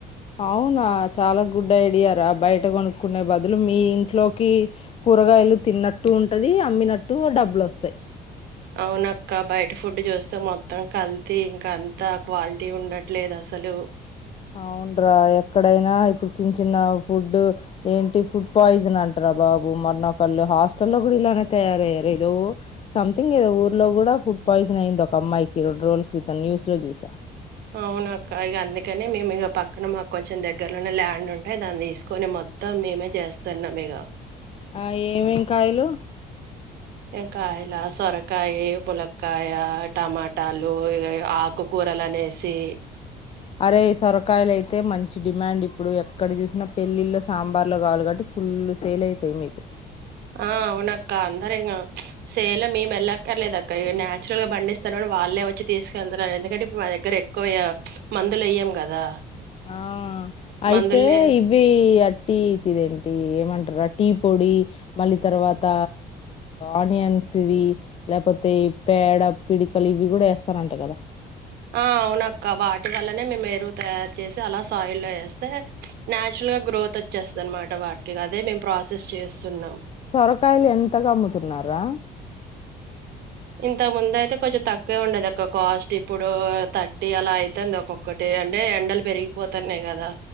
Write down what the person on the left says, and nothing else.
అవునా చాలా గుడ్ ఐడియా రా బయట కొనుక్కునే బదులు మీ ఇంట్లోకి కూరగాయలు తిన్నట్టు ఉంటది అమ్మినట్టు డబ్బులు వస్తాయి
అవునురా ఎక్కడైనా ఇప్పుడు చిన్న చిన్న ఫుడ్ ఏంటి ఫుడ్ పాయిజన్ అంటార బాబు మరన్నొకళ్ళు హాస్టల్ లో కూడా ఇలానే తయారయ్యారు ఏదో సంథింగ్ ఏదో ఊర్లో కూడా ఫుడ్ పాయిజన్ అయిింది ఒక అమ్మాయికి రెండు రోజుల క్రితం న్యూస్ లో చూసా
ఆ ఏం ఏమేం కాయలు
అరే సొరకాయలు అయితే మంచి డిమాండ్ ఇప్పుడు ఎక్కడ చూసినా పెళ్ళిళ్ళు సాంబార్లో కావాలి కాబట్టి ఫుల్ సేల్ అయితాయి మీకు
ఆ అయితే
ఇవి అట్టిచ్చదేంటి ఏమంటారు అ టీ పొడి మళ్ళీ తర్వాత ఆనియన్స్ ఇవి లేకపోతే పేడ పిడికలు ఇవి కూడా వేస్తరంట కదా
సొరకాయలు ఎంతగా అమ్ముతున్నారా